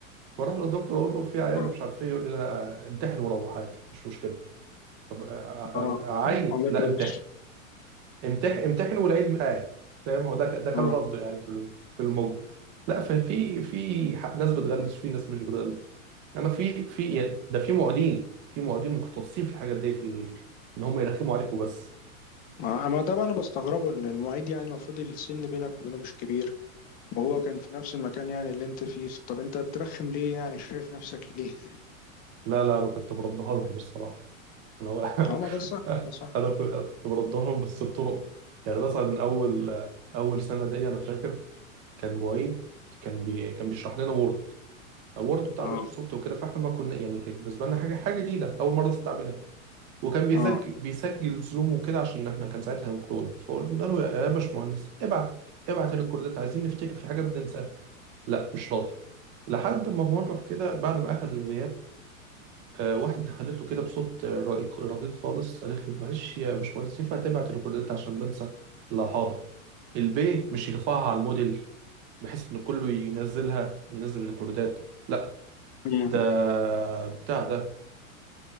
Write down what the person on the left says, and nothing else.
اه
اه
والله
كويس
اه
ما ما ده بقى انا بستغربه ان المعيد يعني المفروض السن بينك وبينه مش كبير وهو كان في نفس المكان يعني اللي انت فيه طب انت بترخم ليه يعني شايف نفسك ليه
<laughs> اه ما ده صح ده صح
اه
اه
مم.